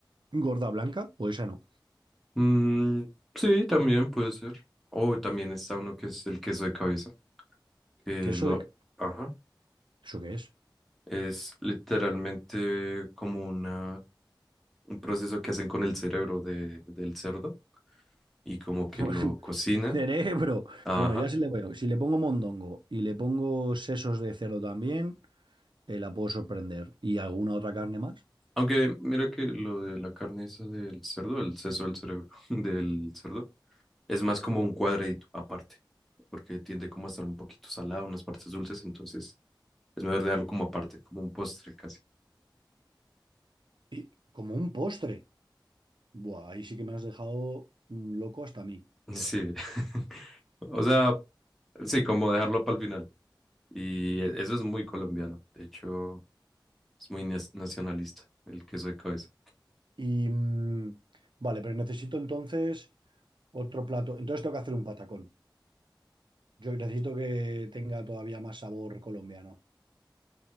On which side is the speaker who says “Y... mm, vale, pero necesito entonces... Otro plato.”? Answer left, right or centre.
Right